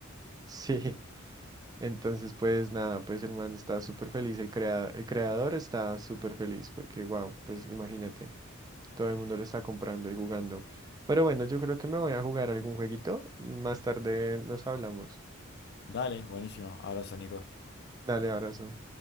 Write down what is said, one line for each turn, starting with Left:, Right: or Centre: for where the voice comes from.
Right: Sí, Entonces, pues nada, pues el man está súper feliz, el crea- el creador está súper feliz porque, wow, pues imagínate, todo el mundo lo está comprando y jugando. Pero bueno, yo creo que me voy a jugar algún jueguito. Más tarde nos hablamos.
Left: Dale, buenísimo. Abrazo, Nico.
Right: Dale, abrazo.